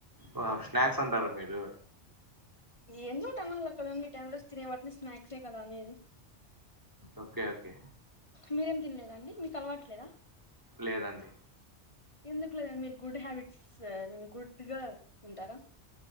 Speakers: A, on the right; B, on the left.
A: వా స్నాక్స్ అంటార మీరు
B: ఎందో ఒకటి అనాల కదండి ఈ టైమ్ లో తినేవాటిని స్నాక్సే కదా అనేది
A: ఓకే ఓకే
B: మీరేం తినలేదా అండి మీకు అలవాట్లేదా
A: లేదండి
B: ఎందుకు లేదండి మీరు గుడ్ హ్యాబిట్స్ మీ గుడ్ గా ఉంటారా